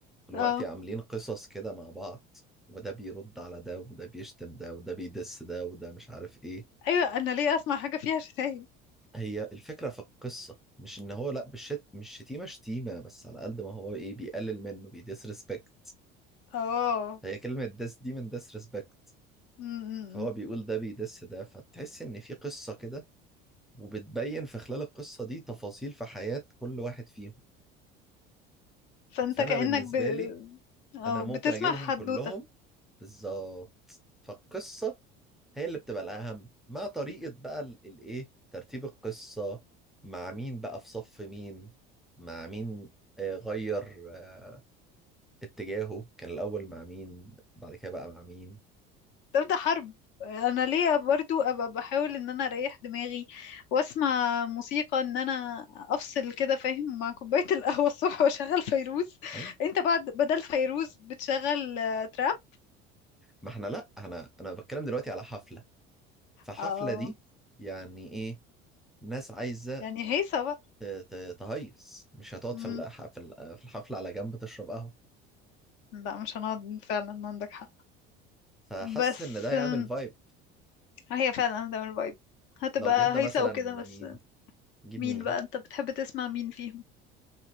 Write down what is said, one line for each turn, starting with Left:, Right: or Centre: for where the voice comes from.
Centre: دلوقتي
Left: اه
Centre: عاملين قصص كده مع بعض وده بيرد على ده وده بيشتم ده وده بيدس ده وده مش عارف إيه
Left: أيوة أنا ليه أسمع حاجة فيها شتايم
Centre: هي الفكرة في القصة مش إن هو لأ بالشت مش شتيمة شتيمة بس على قد ما هو إيه بيقلل منه ريسبكت
Left: اه
Centre: هي كلمة دس دي من ريسبكت
Left: امم
Centre: فهو بيقول ده بيدس ده فتحس إن في قصة كده وبتبين في خلال القصة دي تفاصيل في حياة كل واحد فيهم
Left: فانت
Centre: فأنا بالنسبة
Left: كأنك ب...
Centre: لي
Left: أو
Centre: انا ممكن
Left: بتسمع
Centre: اجيبهم
Left: حدوتة
Centre: كلهم بالظبط فالقصه هي اللي بتبقى الاهم مع طريقه بقى ال- الايه ترتيب القصه مع مين بقى في صف مين مع مين آه، غير آه، اتجاهه كان الاول مع مين بعد كده بقى مع مين
Left: تبدأ حرب انا ليه برضو ابقى بحاول ان انا اريح دماغي واسمع موسيقى ان انا افصل كده فاهم مع كوباية <laughs> القهوة الصبح واشغل فيروز
Centre: اي
Left: انت بعد بدل فيروز بتشغل آه، تراب
Centre: ما احنا لا انا انا بتكلم دلوقتي على حفله فحفله
Left: اه
Centre: دي يعني ايه ناس عايزه
Left: يعني هيصة بقى
Centre: ت- ت- تهيص مش هتقعد
Left: امم
Centre: في الح- في ال- في الحفله على جنب تشرب قهوه
Left: لا مش هنقعد فعلا عندك حق
Centre: فحاسس
Left: بس
Centre: ان ده هيعمل
Left: آم،
Centre: فايب
Left: هي فعلا هتعمل فايب هتبقى
Centre: لو جبنا
Left: هيصة
Centre: مثلا
Left: وكده بس
Centre: مين نجيب
Left: مين
Centre: مين
Left: بقى انت بتحب تسمع مين فيهم